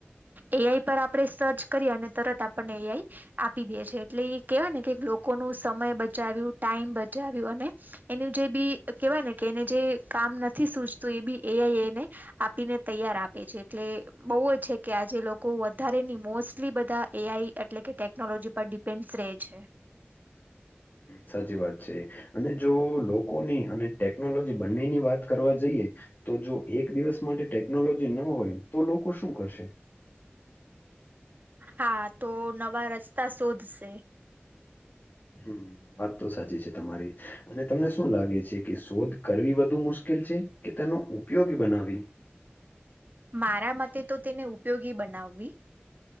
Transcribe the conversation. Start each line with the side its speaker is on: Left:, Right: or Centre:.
Right: એ આઈ પર આપણે સર્ચ કરીએ અને તરત આપણને એ આઈ આપી દે છે એટલે એ કેહેવાય ને કે લોકોનું સમય બચાવ્યું ટાઈમ બચાવ્યું અને એનું જે બી કેવાય ને કે એને જે કામ નથી સૂચતું એ બી એ આઈ એ ને આપીને તૈયાર આપે છે એટલે બહુ જ છે કે આજે લોકો વધારે ની મોસ્ટલી બધા એ આઈ એટલે કે ટેકનોલોજી પર પેન્સ રહે છે.
Left: સાચી વાત છે, અને જો લોકોની અને ટેકનોલોજી બંને ની વાત કરવા જઈએ. તો જો એક દિવસ માટે ટેકનોલોજી ન હોય તો લોકો શું કરશે?
Right: હા તો નવા રસ્તા શોધશે.
Left: હ વાત તો સાચી છે, તમારી અને તમને શું લાગે છે કે શોધ કરવી વ વધ મુશ્કેલ છે કે તેનો ઉપયોગી બનાવી?
Right: મારા મતે તો તેને ઉપયોગી બનાવવી.